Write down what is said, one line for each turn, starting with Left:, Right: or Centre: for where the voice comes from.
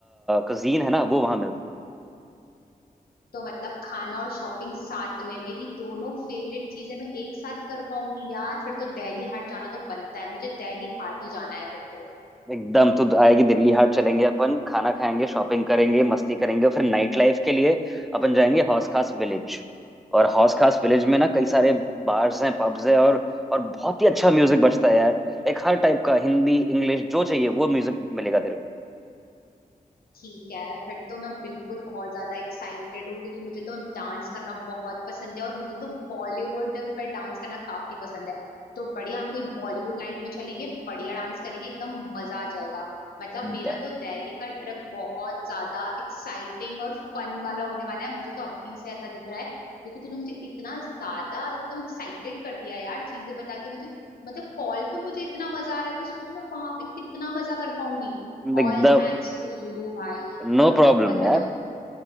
Centre: कजीन है ना वो वहाँ
Left: तो मतलब खाना और शॉपिंग साथ में मेरी दोनों फेवरेट चीजें मैं एक साथ कर पाऊंगी यार फिर तो दिल्ली हाट जाना तो बनता है मुझे दिल्ली हाट ही जाना है फिर तो
Centre: एकदम तो आएगी दिल्ली हाट चलेंगे अपन खाना खाएंगे शॉपिंग करेंगे मस्ती करेंगे फिर नाइट लाइफ के लिए अपन जाएंगे हौस खास विलेज और हौस खास विलेज में ना कई सारे बार्स हैं पब्स हैं और और बहुत ही अच्छा म्यूजिक बजता है यार लाइक हर टाइप का हिंदी इंग्लिश जो चाहिए वो म्यूजिक मिलेगा तेरे को
Left: ठीक है फिर तो मैं बिल्कुल बहुत ज्यादा एक्साइटेड हूँ क्योंकि मुझे तो डांस करना बहुत पसंद है और मुझे तो बॉलीवुड पे डांस करना काफी पसंद है तो बढ़िया हम कोई बॉलीवुड नाइट में चलेंगे बढ़िया डांस करेंगे एकदम मजा आ जाएगा मतलब मेरा
Centre: डर-
Left: तो दिल्ली का ट्रिप बहुत ज्यादा एक्साइटिंग और फन वाला होने वाला है मुझे तो अभी से ऐसा दिख रहा है क्योंकि तूने मुझे इतना ज्यादा एकदम एक्साइटेड कर दिया यार चीजें बता के मुझे मतलब कॉल पे मुझे इतना मजा आ रहा है तो सोच मैं वहां पे कितना मजा कर पाऊंगी ऑल
Centre: एकदम
Left: थैंक्स टू यू भाई मतलब
Centre: नो प्रॉब्लम
Left: मैं मैं
Centre: यार
Left: तो